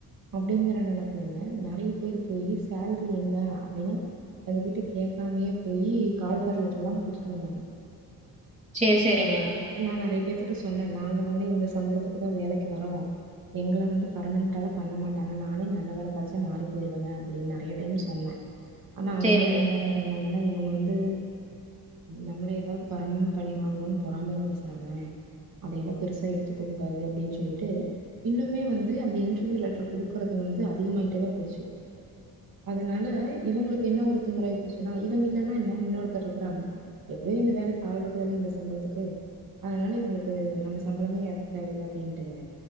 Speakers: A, on the right; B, on the right.
A: அப்டிங்கற நெனைப்புலங்க நெறைய பேர் போயி சேல்ரி என்ன அப்டின்னு அது கிட்ட கேட்காமயே போயி கால்ஃபர் லெட்டரு லா குடுத்துட்டு வந்தாங்க
B: சேர் செரிங்க
A: நா நெறைய பேத்துட்ட சொன்னே நாங்க வந்து இந்த சம்பளத்துக்கு தா வேலைக்கி வரோ எங்கள வந்து பெர்மனன்ட்டெல்லா பண்ண மாட்டாங்க நானே நல்ல வேல கெடச்சா மாறி போய்ருவேங்க அப்டின்னு நெறைய டைம் சொன்ன ஆனா அவங்களா
B: சரிங்க
A: எல்லார் என்ன பண்ணாங்கன்னா இவங்க வந்து நம்மள ஏதாவுது பரமனநன்ட் பண்ணிருவங்களோன் பொறாமையில் பேசுறாங்க அதயெல்லா பெருசா எடுத்துக்க கூடாது அப்டின் சொல்லிட்டு இன்னுமே வந்து அந்த இன்டர்வியூ லெட்டர் குடுக்குறது வந்து அதிகமாயிட்டே தா போச்சு அதுனால இவுங்களுக்கு என்ன ஒரு திமிராயி போச்சுன்னா இவங்க இல்லன்னா என்ன இன்னொருத்தர் இருக்கறாங்க எப்டியோ இந்த வேலைக்கி ஆள் இருக்குதுல இந்த சம்பளத்துக்கு கு அதனால இவ்ங்களுக்கு நம்ம சம்பளமே ஏத்த தேவல்ல அப்டின்ட்டுங்க